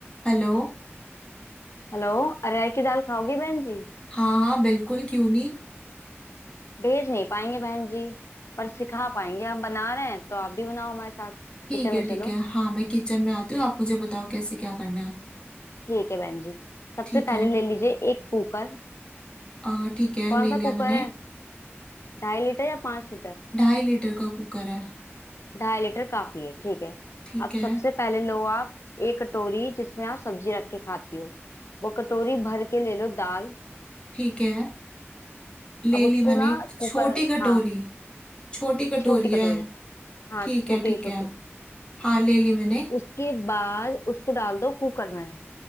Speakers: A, on the left; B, on the left.
A: Hello
B: Hello अरहर की दाल खाओगी बहन जी
A: हाँ हाँ बिल्कुल क्यों नहीं
B: भेज नहीं पाएंगे बहन जी पर सिखा पाएंगे हम बना रहे हैं तो आप भी बनाओ हमारे साथ किचन
A: ठीक है
B: में चलो
A: ठीक है हाँ मैं किचन में आती हूँ आप मुझे बताओ कैसे क्या करना है
B: ठीक है बहन जी सबसे
A: ठीक
B: पहले
A: है
B: ले लीजिए एक कुकर
A: और ठीक है
B: कौन
A: ले
B: सा
A: लिया
B: कुकर
A: मैंने
B: है ढाई लीटर या पांच लीटर
A: ढाई लीटर का कुकर है
B: ढाई लीटर काफी है ठीक है
A: ठीक
B: अब
A: है
B: सबसे पहले लो आप एक कटोरी जिसमें आप सब्जी रख के खाती हो वो कटोरी भर के ले लो दाल
A: ठीक है ले
B: अब उसको
A: ली मैंने
B: ना
A: एक छोटी
B: कुकर
A: कटोरी
B: हाँ
A: छोटी कटोरी
B: छोटी
A: है
B: कटोरी हाँ
A: ठीक
B: छोटी
A: है ठीक
B: छोटी
A: है हाँ ले ली मैंने
B: उसके बाद उसको डाल दो कुकर में